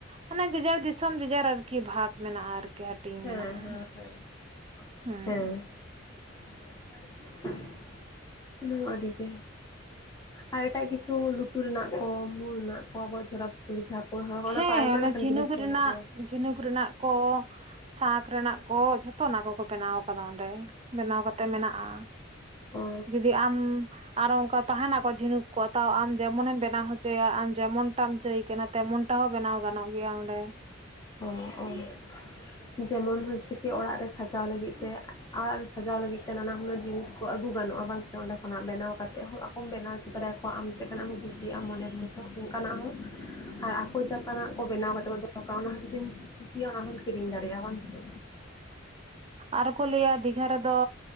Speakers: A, on the right; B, on the left.
A: ᱢᱟᱱᱮ ᱡᱮᱡᱟᱨ ᱫᱤᱥᱚᱢ ᱡᱮᱡᱟᱨ ᱟᱨᱠᱤ ᱵᱷᱟᱜᱽ ᱢᱮᱱᱟᱜᱼᱟ ᱟᱨᱠᱤ ᱦᱟᱹᱴᱤᱧ
B: ᱦᱮᱸ
A: ᱢᱮᱱᱟᱜᱼᱟ
B: ᱦᱮᱸ ᱦᱮᱸ
A: ᱦᱩᱸ
B: ᱦᱮᱸ <inaudible> <inaudible> ᱚᱱᱟᱢᱟ ᱟᱹᱰᱤ ᱜᱮ ᱟᱨ ᱮᱴᱟᱜ ᱠᱤᱪᱷᱩ ᱞᱩᱛᱩᱨ ᱨᱮᱱᱟᱜ ᱠᱚ ᱢᱩ ᱨᱮᱱᱟᱜ ᱠᱚ ᱟᱵᱚᱣᱟᱜ <unintelligible> ᱠᱩᱞᱤ ᱡᱟᱦᱟᱸ ᱠᱚᱦᱚᱸ ᱚᱱᱟ
A: ᱦᱮᱸ
B: ᱠᱚ ᱟᱭᱢᱟ ᱞᱮᱠᱟᱱ
A: ᱡᱷᱤᱱᱩᱠ
B: ᱡᱤᱱᱤᱥ ᱧᱟᱢᱚᱜ
A: ᱨᱮᱱᱟᱜ
B: ᱜᱮᱭᱟ ᱥᱮ
A: <unintelligible> ᱨᱮᱱᱟᱜ <unintelligible> ᱥᱟᱸᱠ ᱨᱮᱱᱟᱜ ᱠᱚ ᱡᱷᱚᱛᱚ ᱚᱱᱟ ᱠᱚᱠᱚ ᱵᱮᱱᱟᱣ ᱟᱠᱟᱫᱟ ᱚᱸᱰᱮ ᱵᱮᱱᱟᱣ ᱠᱟᱛᱮ ᱢᱮᱱᱟᱜᱼᱟ <inaudible>
B: ᱚ
A: ᱡᱩᱫᱤ ᱟᱢ ᱟᱨᱚ ᱚᱱᱠᱟ ᱛᱟᱦᱮᱱᱟᱠᱚ ᱡᱷᱤᱱᱩᱠ ᱠᱚ ᱛᱟᱣ ᱟᱢ ᱡᱮᱢᱚᱱᱮ ᱮᱢ ᱵᱮᱱᱟᱣ ᱦᱚᱪᱚᱭᱟ ᱟᱢ ᱡᱮᱢᱚᱱ ᱴᱟᱢ ᱪᱟᱹᱭ ᱠᱟᱱᱟ ᱛᱮᱢᱚᱱ ᱦᱚᱸ ᱜᱟᱱᱚᱜ ᱜᱮᱭᱟ ᱚᱸᱰᱮ
B: <unintelligible> ᱡᱮᱢᱚᱱ ᱦᱚᱪᱪᱷᱮ ᱠᱤ ᱚᱲᱟᱜ ᱨᱮ ᱥᱟᱡᱟᱣ ᱞᱟᱹᱜᱤᱫ ᱛᱮ ᱚᱲᱟᱜ ᱨᱮ ᱥᱟᱡᱟᱣ ᱞᱟᱹᱜᱤᱫ ᱛᱮ ᱱᱟᱱᱟᱦᱩᱱᱟᱹᱨ ᱡᱤᱱᱤᱥ <unintelligible> ᱠᱚ ᱟᱹᱜᱩ ᱜᱟᱱᱚᱜᱼᱟ ᱵᱟᱝ ᱥᱮ ᱚᱸᱰᱮ ᱠᱷᱚᱱᱟᱜ ᱵᱮᱱᱟᱣ ᱠᱟ ᱠᱟᱛᱮ ᱦᱚᱸ ᱟᱠᱚᱢ ᱵᱮᱱᱟᱣᱪᱚ ᱫᱮᱭᱟᱠᱚᱣᱟ ᱟᱢ ᱪᱮᱫ ᱞᱮᱠᱟᱠᱟᱱᱟᱜ ᱮᱢ ᱠᱩᱥᱤᱭᱟᱜᱼᱟ ᱢᱚᱱᱮᱨ ᱢᱚᱛᱚ ᱚᱱᱠᱟᱱᱟᱜ ᱦᱚᱸ ᱟᱨ ᱟᱠᱚ ᱪᱮᱫ ᱞᱮᱠᱟᱱᱟᱜ ᱠᱚ ᱵᱮᱱᱟᱣ ᱠᱟᱛᱮ <unintelligible> ᱚᱱᱟ ᱦᱚᱸ ᱡᱩᱫᱤᱢ ᱠᱩᱥᱤᱭᱟ ᱚᱱᱟ ᱦᱚᱢ ᱠᱤᱨᱤᱧ ᱫᱟᱲᱮᱭᱟᱜᱼᱟ ᱵᱟᱝ ᱥᱮ
A: ᱟᱨ ᱠᱚ ᱞᱟᱹᱭᱟ ᱫᱤᱜᱷᱟ ᱨᱮᱫᱚ